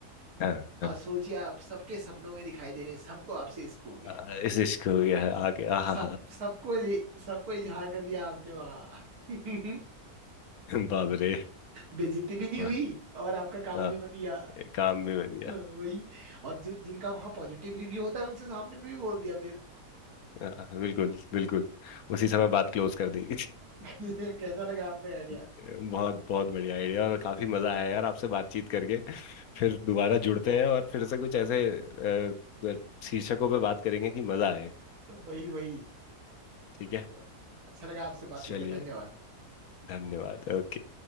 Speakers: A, on the left; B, on the right.
A: हाँ
B: अब
A: हाँ
B: सोचिए आप सबके सपनों में दिखाई दे रहे हैं सबको आपसे इश्क हो गया
A: आ,
B: है
A: इस इश्क हो गया है आगे आहा
B: सब सबको सबको इजहार कर दिया आपने वहां <laughs>
A: बाप रे
B: बेइज्जती भी नहीं
A: वाह,
B: हुई और आपका काम
A: हाँ
B: भी बन गया
A: काम भी बन गया
B: हाँ, वही और जो जिनका वहां पॉजिटिव रिव्यू होता है उनसे सामने में भी बोल दिया फिर
A: हाँ, बिल्कुल बिल्कुल उसी समय बात क्लोज कर दी
B: <laughs> कैसा लगा आपका आइडिया
A: बहुत बहुत बढ़िया आइडिया और काफी मजा आया यार आपसे बातचीत करके फिर दोबारा जुड़ते हैं और फिर से कुछ ऐसे अ, शीर्षकों पे बात करेंगे कि मजा आए
B: वही वही
A: ठीक है
B: So, अच्छा लगा आपसे बात
A: चलिए
B: करके धन्यवाद
A: धन्यवाद ओके